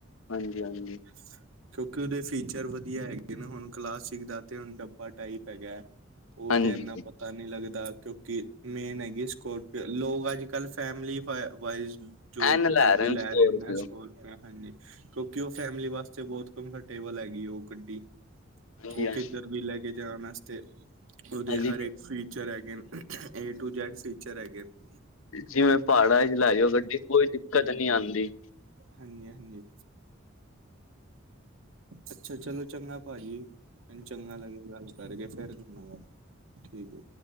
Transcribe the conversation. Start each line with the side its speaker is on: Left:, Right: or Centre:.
Left: ਹਾਂਜੀ, ਹਾਂਜੀ!
Right: <inaudible> ਕਿਉਂਕਿ ਉਦੇ ਫੀਚਰ ਵਧੀਆ ਹੈਗੇ ਨੇ, ਹੁਣ ਕਲਾਸਿਕ ਦਾ ਤੇ ਹੁਣ ਡੱਬਾ ਟਾਈਪ ਹੈਗਾ! ਉਹ
Left: ਹਾਂਜੀ
Right: ਤੇ ਇਹਨਾਂ ਪਤਾ ਪਤਾ ਨਹੀਂ ਲੱਗਦਾ, ਕਿਉਂਕਿ ਮੇਨ ਹੈਗੀ ਸਕੋਰਪੀਓ, ਲੋਕ ਅੱਜ-ਕੱਲ੍ਹ ਫੈਮਲੀ ਵਾਈਜ਼ ਜੋ
Left: ਐਨ
Right: ਗੱਡੀ
Left: ਰਹੇ ਨੇ
Right: ਲੈ
Left: ਸਕੋਰਪੀਓ
Right: ਰੇ ਨੇ ਸਕੋਰ ਮੈਂ ਹਾਂਜੀ, ਕਿਉਂਕਿ ਉਹ ਫੈਮਿਲੀ ਵਾਸਤੇ ਬਹੁਤ ਕੰਫਰਟੇਬਲ ਹੈਗੀ ਓ ਗੱਡੀ!
Left: ਹਾਂਜੀ
Right: ਓ
Left: ਹਾਂਜੀ
Right: ਕਿੱਧਰ ਵੀ ਲੈ ਕੇ ਜਾਣ ਆਸਤੇ ਉਦੇ
Left: ਹਾਂਜੀ
Right: ਹਰ ਇੱਕ ਫੀਚਰ ਹੈਗੇ ਨੇ, ਏ ਟੂ ਜੈਡ ਫੀਚਰ ਹੈਗੈ ਨੇ!
Left: ਜਿਵੇਂ ਪਹਾੜਾਂ 'ਚ ਲੈਜੋ ਗੱਡੀ, ਕੋਈ ਦਿੱਕਤ ਨੀ ਆਂਦੀ!
Right: ਹਾਂਜੀ, ਹਾਂਜੀ! ਅੱਛਾ, ਚਲੋ ਚੰਗਾ ਭਾਜੀ, ਮੈਨੂੰ ਚੰਗਾ ਲੱਗਿਆ ਗੱਲ- ਕਰਕੇ, ਫੇਰ ਕਰਨਾ ਗੱਲ।